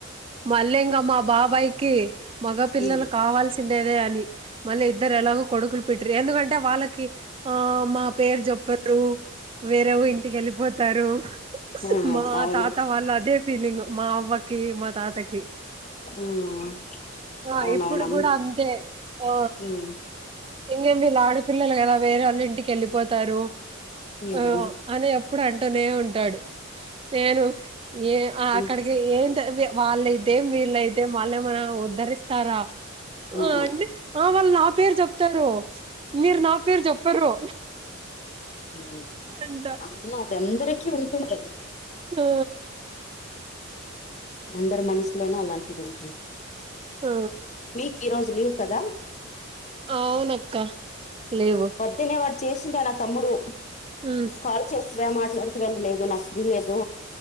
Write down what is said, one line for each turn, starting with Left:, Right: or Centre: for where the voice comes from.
Right: మళ్ళీ ఇంకా మా బాబాయ్కి మగ పిల్లలు
Left: ఉమ్
Right: కావాల్సిన తిండేదే అని మళ్ళీ ఇద్దరు ఎలాగో కొడుకులు పెటిరి ఎందుకంటే వాళ్ళకి ఆ మా పేరు చెప్పారు రూ వేరేవ ఇంటికి వెళ్ళిపోతారు
Left: ఉమ్
Right: మా
Left: అవును
Right: తాత వాళ్ళు అదే ఫీలింగ్ మా అవ్వకి మా తాతకి
Left: ఉమ్
Right: ఆ
Left: అవునవును
Right: ఇప్పుడు
Left: అన్
Right: కూడా అంతే ఓ
Left: ఉమ్
Right: ఇంకేం వీళ్ ఆడపిల్లలు కదా వేరే వాళ్ళ ఇంటికి వెళ్ళిపోతారు
Left: ఉమ్
Right: ఆ అనేప్ ప్పుడు అంటూనే ఉంటాడు నేను ఏ ఆ
Left: ఉమ్
Right: అక్కడికి ఏ వాళ్ళైతే వీళ్ళైతే వాళ్ళు ఏమన ఉద్ధరిస్తారా
Left: అవును
Right: ఆ అంటె ఆ వాళ్ళు నా పేరు చెప్తారు మీరు నా పేరు చెప్పరు
Left: ఊ
Right: అంట
Left: అమ్మ అది అందరికి ఉంటుందది
Right: ఆ
Left: అందరు మనసులోనూ అలాంటిది ఉంటుంది
Right: ఆ
Left: మీకు ఈ రోజు లీవ్ కదా
Right: అవునక్క లీవు
Left: అతిన వాడు చేసిండ నా తమ్ముడు
Right: ఊ
Left: కాల్ చేస్త మాట్లాడితేవని లేదు నాకు ఫ్రీ లేదు